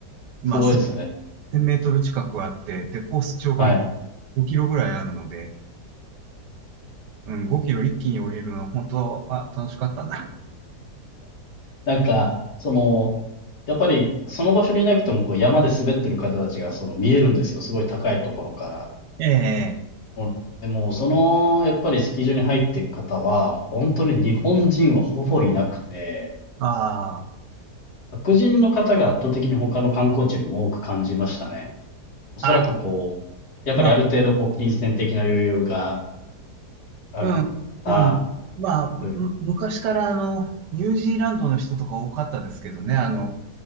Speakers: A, on the right; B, on the left.
A: まあ、
B: すごいですよね。
A: 1000メートル近くあって、で、コース長が
B: はい。
A: 5キロぐらいあるので、うん、5キロ一気に降りるのは本当、あ、楽しかったな。
B: なんか、その、やっぱり、その場所にいなくても、こう、山で滑ってる方たちが、その、見えるんですよ。すごい高いところから。
A: <laughs> ええ
B: もうでも、その、やっぱりスキー場に入っていく方は、本当に日本人はほぼいなくて、
A: ああ、
B: 白人の方が圧倒的に他の観光地よりも多く感じましたね。おそらくこう、
A: ああ、
B: やっぱりある程度こう、
A: まあ、
B: 金銭的な余裕がある
A: うん、
B: 方
A: うん。まあ、む昔からあの、
B: という
A: ニュージーランドの人とか多かったですけどね、あの、